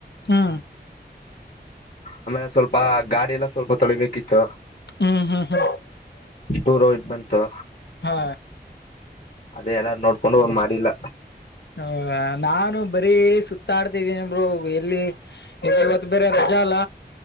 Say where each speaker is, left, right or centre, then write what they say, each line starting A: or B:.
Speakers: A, on the left (about 80°); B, on the left (about 55°).
A: ಹಾ
B: ಆಮೇಲೆ ಸ್ವಲ್ಪ ಗಾಡಿ ಎಲ್ಲ ಸ್ವಲ್ಪ ತೊಳಿಬೇಕಿತ್ತು
A: ಹ್ಮ್ ಹ್ಮ್
B: ಟೂರ್ ಇಟ್ ಬಂತು
A: ಹಾ
B: ಅದೇ ಎಲ್ಲ ನೋಡ್ಕೊಂಡು ಮಾಡಿಲ್ಲ
A: ಹ ನಾನು ಬರೀ ಸುತ್ತಾಡ್ತಿದ್ದೀನಿ ಎಲ್ಲಿ ಇವತ್ತು ಬೇರೆ ರಜಾ ಅಲ್ಲ